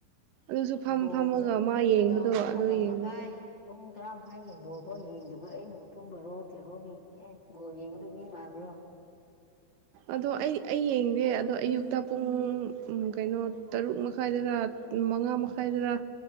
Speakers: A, on the right; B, on the left.
A: ꯑꯗꯨꯁꯨ ꯐꯝ
B: ꯕꯣꯜꯁꯦ
A: ꯐꯝꯃꯒ ꯃꯥ
B: ꯅꯨꯡꯗꯥꯡ
A: ꯌꯦꯡꯕꯗꯣ
B: ꯄꯨꯡ
A: ꯑꯗꯨꯣ
B: ꯃꯥꯄꯟ
A: ꯌꯦꯡꯕꯅꯤ
B: ꯃꯈꯥꯏ ꯄꯨꯡ ꯇꯔꯥ ꯃꯈꯥꯏꯒꯤ ꯕꯣꯜꯐꯥꯎ ꯌꯦꯡꯗꯕ ꯑꯩꯅ ꯄꯨꯝꯕꯔꯣ ꯇꯦꯔꯣꯒꯤ ꯎꯝ ꯕꯣꯜ ꯌꯦꯡꯗꯕ ꯃꯤ ꯃꯥꯟꯕ꯭ꯔꯣ
A: ꯑꯗꯣ ꯑꯩ ꯑꯩ ꯌꯦꯡꯗꯦ ꯑꯗꯣ ꯑꯌꯨꯛꯇ ꯄꯨꯡ ꯀꯩꯅꯣ ꯇꯔꯨꯛ ꯃꯈꯥꯏꯗꯔꯥ ꯃꯉꯥ ꯃꯈꯥꯏꯗꯔ